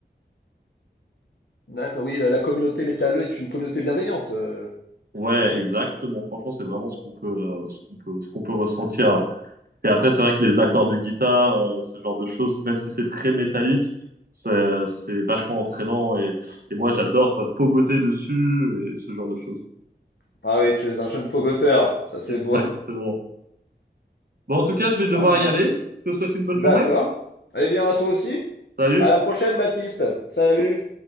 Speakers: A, on the left; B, on the right.
A: d'accord, oui, la, la communauté métalleux est une communauté bienveillante, euh,
B: Ouais,
A: c'est ça.
B: exactement. Franchement, c'est vraiment ce qu'on peut euh, ce qu'on peut ce qu'on peut ressentir. Et après, c'est vrai que les accords de guitare, euh, ce genre de choses, même si c'est très métallique, c'est c'est vachement entraînant. Et, et moi, j'adore pogoter dessus et ce genre de choses.
A: Ah oui, tu es un jeune pogoteur, ça c'est
B: Exactement.
A: beau. <laughs>
B: Bon, en tout cas, je vais devoir
A: Ah,
B: y aller. Je te souhaite une bonne
A: d'accord.
B: journée.
A: Eh bien, à toi aussi.
B: Salut.
A: À la prochaine, Baptiste. Salut.